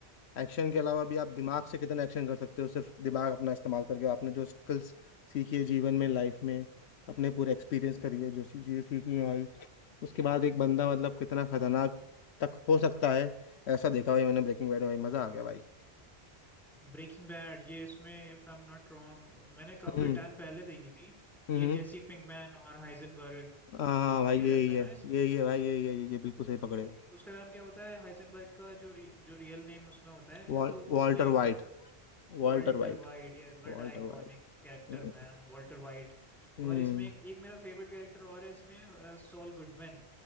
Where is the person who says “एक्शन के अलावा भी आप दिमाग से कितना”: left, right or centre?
Left